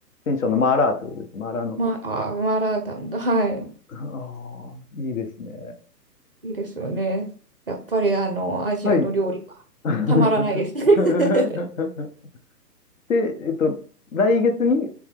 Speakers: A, on the left (about 55°); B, on the right (about 35°).
A: 四川省のマーラーってことです。マーラーの。
B: まあ、あー、マーラータンだ。はい。
A: ああ、いいですね。
B: いいですよね。やっぱり、あの、アジアの料理はたまらないですね。
A: はい。<laughs>
B: <laughs>
A: で、えっと、来月に